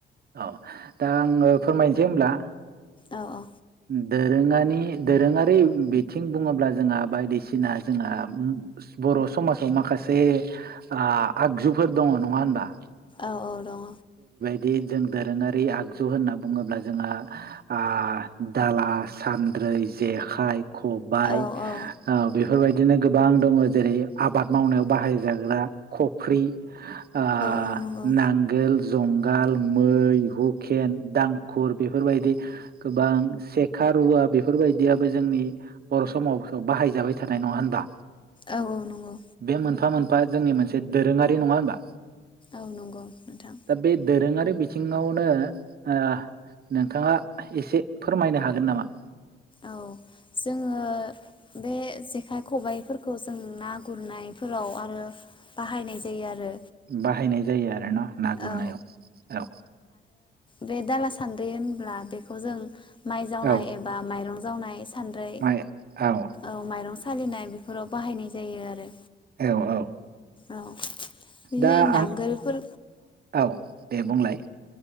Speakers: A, on the right (about 50°); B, on the left (about 25°).
A: औ दा आङो फोरमायनोसै होमब्ला।
B: औ औ
A: दोरोङारि दोरोङारि बिथिं बुङोब्ला जोंहा बायदिसिना जोंहा बर' समाजाव माखासे आ आगजुफोर दङ नङा होनबा?
B: औ औ दङ।
A: बिदि जों दोरोङारि आगजु होनना बुङोब्ला जोंहा ओ दाला सान्द्रै जेखाइ खबाय
B: औ
A: ओ
B: औ
A: बे बेफोरबायदिनो गोबां दङ जेरै आबाद मावनायाव बाहायजाग्रा खफ्रि ओ
B: औ नंगौ
A: नांगोल जंगाल मै हुकेन दांखुर बेफोरबायदि गोबां सेखा रुवा बेफोरबायदियाबो जोंनि बर' समाजाव बाहायजाबाय थानाय नङा होनबा।
B: औ औ नंगौ
A: बे मोनफा मोनफा बा जोंनि मोन एसे दोरोङारि नङा होनबा
B: औ नंगौ नोंथां
A: दा बे दोरोङारि बि बिथिङावनो ओ नोंथाङा एसे फोरमायनो हागोन नामा?
B: औ जोङो बे जेखाइ खबाइफोरखौ जों ना गुरनायफोराव आरो बाहायनाय जायो आरो।
A: बाहायनाय जायो आरो ना ना गुरनायाव
B: औ
A: औ
B: बे दाला सान्द्रि होनब्ला बेखौ जों माइ जावनाय
A: औ
B: एबा माइ रन जावनाय सान्दै
A: माइ औ
B: ओं माइरं सालिनाय बेफोराव बाहायनाय जायो आरो।
A: औ औ
B: औ बिदिनो
A: दा
B: नांगोलफोर
A: आं औ दे बुंलाय